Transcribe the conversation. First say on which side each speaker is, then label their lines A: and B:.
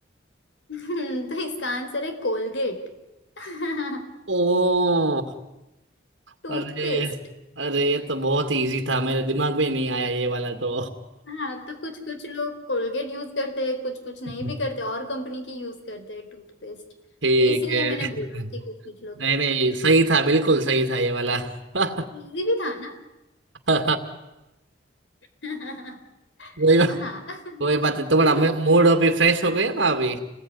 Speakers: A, on the left; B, on the right.
A: <laughs> तो इसका आंसर है कोलगेट <laughs>
B: ओ अरे
A: टूथपेस्ट
B: अरे ये तो बहुत ही इजी था मेरे दिमाग में ही नहीं आया ये वाला तो
A: हाँ तो कुछ कुछ लोग कोलगेट यूज करते हैं कुछ कुछ नहीं
B: <laughs>
A: भी करते और कंपनी की यूज करते हैं टूथपेस्ट
B: ठीक
A: तो इसीलिए
B: है
A: मैंने बोला कि कुछ कुछ लोग
B: नहीं
A: करते
B: नहीं
A: हैं
B: सही था बिल्कुल सही था ये वाला <laughs>
A: इजी भी था ना
B: हाँ,
A: <laughs>
B: कोई
A: हाँ
B: कोई बात नहीं तुम्हारा
A: <laughs>
B: मूड अभी फ्रेश हो गया ना अभी